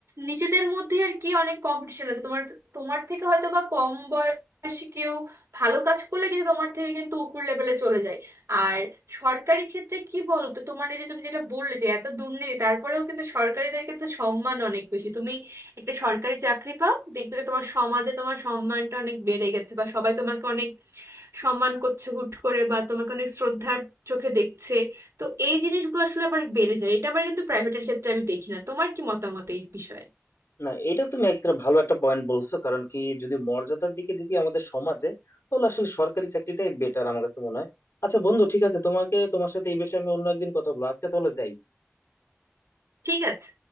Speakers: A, on the right; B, on the left.
A: নিজেদের মধ্যে আর কি অনেক কম্পিটিশন আছে তোমার তোমার থেকে হয়তো বা কম বয়সী কেউ ভালো কাজ করলে কিন্তু তোমার থেকে কিন্তু উপর লেভেলে চলে যায় আর সরকারি ক্ষেত্রে কি বলতো তোমার এই যে তুমি যেটা বললে যে এত দুর্নীতি তারপরেও কিন্তু সরকারিদের কিন্তু সম্মান অনেক বেশি তুমি একটা সরকারি চাকরি পাও দেখবে যে তোমার সমাজে তোমার সম্মানটা অনেক বেড়ে গেছে বা সবাই তোমাকে অনেক সম্মান করছে হুট করে বা তোমাকে অনেক শ্রদ্ধার চোখে দেখছে তো এই জিনিসগুলো আসলে আবার বেড়ে যায় এটা আবার কিন্তু প্রাইভেটের ক্ষেত্রে আমি দেখি না তোমার কি মতামত এই বিষয়ে
B: না এটা তুমি একটা ভালো একটা পয়েন্ট বলছো কারণ কি যদি মর্যাদার দিকে দেখি আমাদের সমাজে তাহলে আসলে সরকারি চাকরিটাই বেটার আমার কাছে মনে হয় আচ্ছা বন্ধু ঠিক আছে তোমাকে তোমার সাথে এই বিষয়ে আমি অন্য একদিন কথা বলবো আজকে তাহলে যাই
A: ঠিক আছে